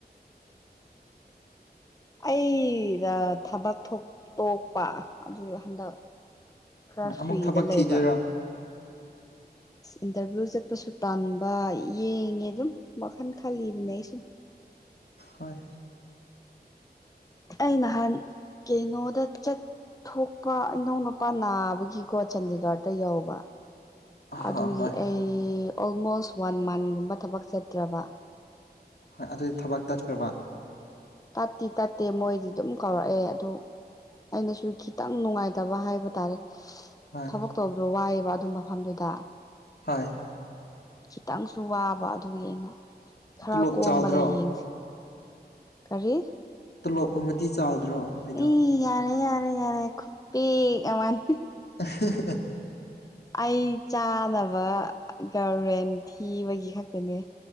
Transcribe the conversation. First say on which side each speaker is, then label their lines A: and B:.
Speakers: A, on the left; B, on the left.
A: ꯑꯩꯗ ꯊꯕꯛ ꯊꯣꯛꯄ ꯇꯣꯛꯄ ꯑꯗꯨ ꯍꯟꯗꯛ ꯈꯔ
B: ꯑꯃꯨꯛ
A: ꯐꯔꯤꯗ
B: ꯊꯕꯛ
A: ꯂꯩꯕ
B: ꯊꯤꯗꯣꯏꯔꯣ
A: ꯏꯟꯇꯔꯚꯤꯌꯨ ꯆꯠꯄꯁꯨ ꯇꯟꯕ ꯌꯦꯡꯉꯦ ꯑꯗꯨꯝ ꯋꯥꯜ ꯈꯜꯂꯤꯕꯅꯦ ꯑꯩꯁꯨꯝ
B: ꯍꯣꯏ
A: ꯑꯩ ꯅꯍꯥꯟ ꯀꯦꯅꯣꯗ ꯆꯠ ꯊꯣꯛꯄ ꯏꯅꯧ ꯅꯨꯄꯥ ꯅꯥꯕꯒꯤꯀꯣ ꯆꯥꯟꯗꯤꯒꯔꯗ ꯌꯧꯕ ꯑꯗꯨꯒꯤ
B: ꯍꯣꯏ ꯍꯣꯏ
A: ꯑꯩ ꯑꯣꯜꯃꯣꯁ ꯋꯥꯟ ꯃꯟꯒꯨꯝꯕ ꯊꯕꯛ ꯆꯠꯇ꯭ꯔꯕ
B: ꯍꯣꯏ ꯑꯗꯨꯗꯤ ꯊꯕꯛ ꯇꯠꯈ꯭ꯔꯕ꯫
A: ꯇꯠꯇꯤ ꯇꯠꯇꯦ ꯃꯣꯏꯗꯤ ꯑꯗꯨꯝ ꯀꯧꯔꯛꯑꯦ ꯑꯗꯨ꯫ ꯑꯩꯅꯁꯨ ꯈꯤꯇꯪ ꯅꯨꯡꯉꯥꯏꯇꯕ ꯍꯥꯏꯕ ꯇꯥꯔꯦ꯫
B: ꯍꯣꯏ
A: ꯊꯕꯛ ꯇꯧꯕꯗꯣ ꯋꯥꯏꯑꯦꯕ ꯑꯗꯨ ꯃꯐꯝꯗꯨꯗ꯫
B: ꯍꯣꯏ꯫
A: ꯈꯤꯇꯪꯁꯨ ꯋꯥꯕ ꯑꯗꯨꯒꯤ ꯑꯩꯅ ꯈꯔ
B: ꯇꯣꯂꯣꯞ
A: ꯀꯣꯝꯕꯗ
B: ꯆꯥꯎꯗ꯭ꯔꯣ
A: ꯌꯦꯡꯁꯦ꫰꫰ ꯀꯔꯤ꯫
B: ꯇꯣꯂꯣꯞꯀꯨꯝꯃꯗꯤ ꯆꯥꯎꯗ꯭ꯔꯣ꯫ ꯃꯣꯏꯗꯣ
A: ꯑꯦ ꯌꯥꯔꯦ ꯌꯥꯔꯦ ꯌꯥꯔꯦ ꯈꯨꯄꯤꯛ ꯑꯃꯅꯤ꯫
B: <unintelligible>
A: ꯑꯩ ꯆꯥꯅꯕ ꯒꯥꯔꯦꯟ ꯊꯤꯕꯒꯤ ꯈꯛꯇꯅꯦ꯫